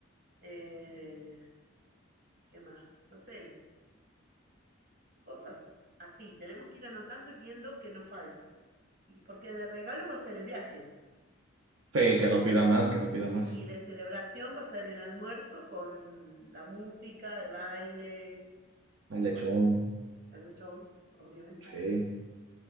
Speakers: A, on the right; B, on the right.
A: Eh, ¿Qué más? No sé, cosas así. Tenemos que ir anotando y viendo qué nos falta. Y porque de regalo va a ser el viaje.
B: Sí, que no pida más, que no pida más.
A: Y de celebración va a ser el almuerzo con la música, el baile
B: El
A: y
B: lechón,
A: bueno, el lechón, obviamente.
B: sí.